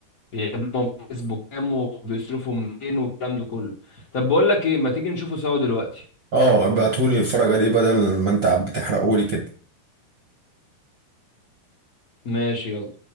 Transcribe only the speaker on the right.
اه ابعتهولي اتفرج عليه بدل ما انت عم بتحرقهولي كده